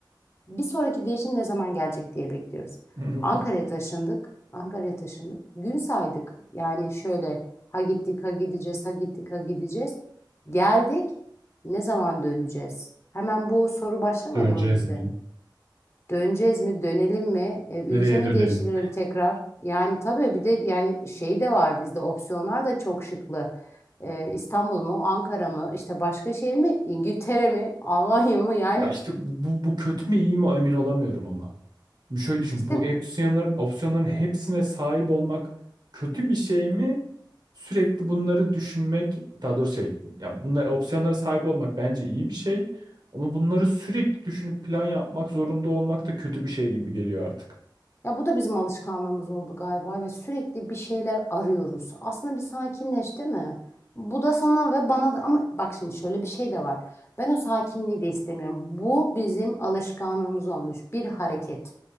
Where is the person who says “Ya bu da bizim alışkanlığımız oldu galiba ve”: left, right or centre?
Left